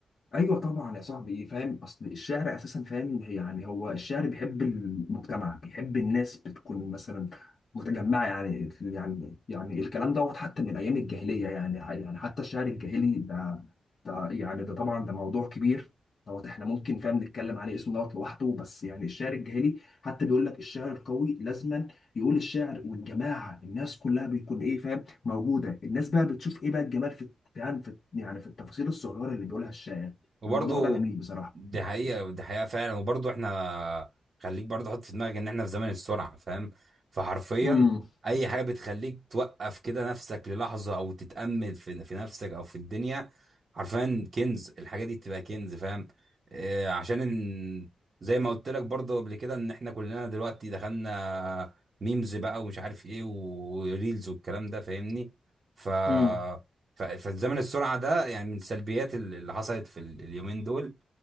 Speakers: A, on the left; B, on the right.
A: ايوه طبعا يا صاحبي ايه فاهم اصل الشعر اساسا فاهم يعني هو الشعر بيحب المجتمع بيحب الناس بتكون مثلا متجمعه يعني يعني يعني الكلام دوت حتى من ايام الجاهليه يعني يعني حتى الشعر الجاهلي ده, ده يعني ده طبعا ده موضوع كبير دوت احنا ممكن فاهم نتكلم عليه اسمه دوت لوحده بس يعني الشعر الجاهلي حتى بيقول لك الشعر القوي لازما يقول الشعر والجماعه الناس كلها بيكون ايه فاهم موجوده الناس بقى بتشوف ايه بقى الجمال في يعني في يعني في التفاصيل الصغيره اللي بيقولها الشاعر
B: وبرضه
A: الموضوع ده جميل بصراحة
B: دي حقيقة دي حقيقة فعلا وبرضه احنا خليك برضه حط في دماغك ان احنا في زمن السرعة فاهم فحرفيا
A: امم
B: اي حاجة بتخليك توقف كده نفسك للحظة او تتأمل في, في نفسك او في الدنيا حرفيا كنز الحاجة دي بتبقى كنز فاهم اه عشان ان زي ما قلت لك برضه قبل كده ان احنا كلنا دلوقتي دخلنا ميمز بقى ومش عارف ايه وريلز والكلام ده فاهمني ف
A: امم
B: ف- فالزمن السرعه ده يعني من سلبيات ال- اللي حصلت في ال- اليومين دول